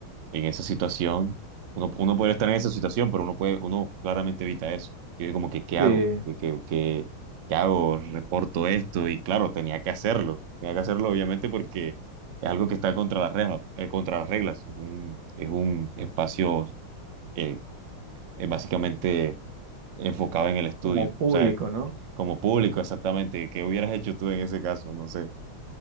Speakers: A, on the right; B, on the right.
A: en esa situación, uno, uno puede estar en esa situación, pero uno puede, uno claramente evita eso. Yo dije como que, ¿qué
B: sí,
A: hago? ¿Qué, qué, qué- qué hago? Reporto esto y claro, tenía que hacerlo. Tenía que hacerlo obviamente porque es algo que está contra las reglas, eh, contra las reglas. Es un, es un espacio eh, eh, básicamente enfocado en el estudio.
B: como
A: O
B: público,
A: sea,
B: ¿no?
A: como público exactamente, ¿qué hubieras hecho tú en ese caso? No sé.